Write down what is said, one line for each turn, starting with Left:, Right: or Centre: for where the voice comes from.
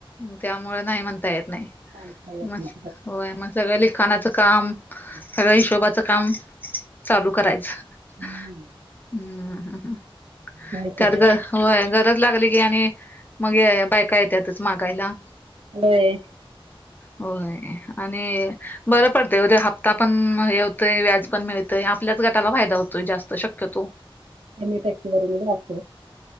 Left: त्यामुळे नाही म्हणता येत नाही
Right: म्हणता येत
Left: म
Right: नाही
Left: होय मग सगळं लिखाणाचं काम
Right: हम्
Left: हिशोबाच काम चालू करायचं्
Right: हम्म. होय की
Left: त्यात
Right: काय
Left: ग होय गरज लागली की आणि मग बायका य त्यातच मागायला
Right: बर
Left: होय आणि बरं पडतं उद्या हप्ता पण हे होतंय व्याज पण मिळतय आपल्याच गटाला फायदा होतोय जास्त शक्यतो
Right: एीटक वर आप